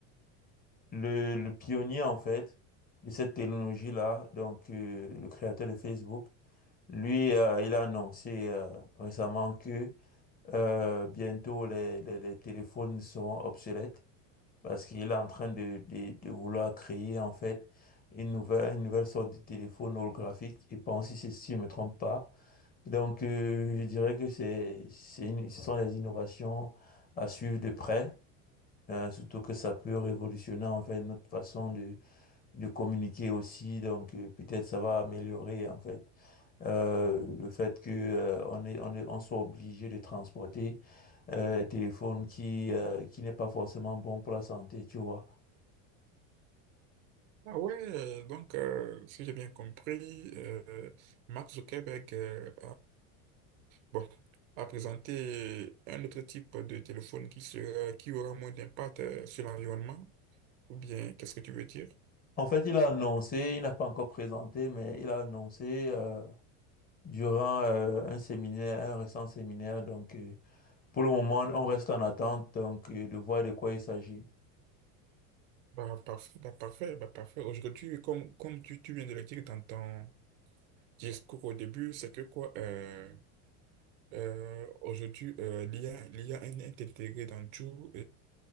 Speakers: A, on the left; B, on the right.
A: le, le pionnier en fait de cette technologie-là, donc euh, le créateur de Facebook, lui, euh, il a annoncé euh, récemment que euh, bientôt les, les, les téléphones seront obsolètes parce qu'il est en train de, de, de vouloir créer en fait une nouvelle, une nouvelle sorte de téléphone holographique. Et pense si, c'est- si je ne me trompe pas. Donc euh, je dirais que c'est, c'est une- ce sont des innovations à suivre de près. euh, surtout que ça peut révolutionner en fait notre façon de, de communiquer aussi, donc euh, peut-être ça va améliorer en fait euh, le fait que euh, on est, on est- on soit obligé de transporter euh, un téléphone qui euh, qui n'est pas forcément bon pour la santé, tu vois.
B: Ah ouais, donc, euh, si j'ai bien compris, euh, Mark Zuckerberg euh, Bon, à présenter un autre type de téléphone qui sera, qui aura moins d'impact euh, sur l'environnement, ou bien qu'est-ce que tu veux dire?
A: En fait, il a annoncé, il n'a pas encore présenté, mais il a annoncé euh, durant euh, un séminaire, un récent séminaire. Donc, euh, pour le moment, on reste en attente donc euh, de voir de quoi il s'agit.
B: Bah, parfait, bah, parfait, bah, parfait. Aujourd'hui, comme, comme tu, tu viens de le dire dans ton discours au début, c'est que quoi, euh, euh, aujourd'hui, euh, l'IA, l'IA est intégrée dans tout.